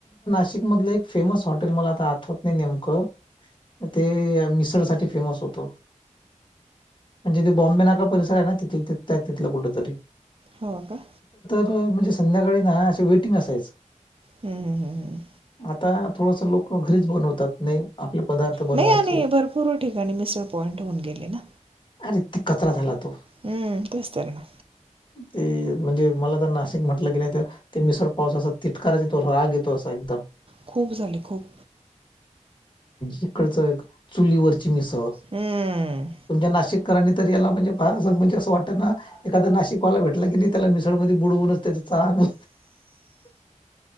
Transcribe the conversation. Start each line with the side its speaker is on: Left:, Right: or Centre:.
Left: नाशिक मधलं एक फेमस हॉटेल मला आता आठवत नाही नेमकं ते मिसळ साठी फेमस होत. म्हणजे तेे बॉम्बे नाका परिसर आहे ना तिथे त्या तिथ तिथलं कुठ तरी?
Right: हो का?
Left: हो म्हणजे संध्याकाळी ना अस वेटिंग असायच.
Right: हम्म हम्म
Left: आता थोडस लोक घरीच बनवतात. नाही आपले पदार्थ बनवायचे
Right: नाही आणि भरपूर ठिकाणी मिसळ पॉइंट होऊन गेले ना.
Left: अरे ती कचरा झाला तो.
Right: हम्म तेस्तर ना.
Left: ते म्हणजे मला तर नाशिक म्हटलं की नाही त ते मिसळ पावचा असा तितकाच यतो राग येतो असा एकदम.
Right: खूप झाले खूप.
Left: इकडच चुलीवरची मिसळ.
Right: हम्म
Left: नाशिक कराने तर याला म्हणजे फार म्हणजे असं वाटतं ना एखादा नाशिकवाला भेटला की नी त्याला मिसळमध्ये बुडवूनच त्याच चागलं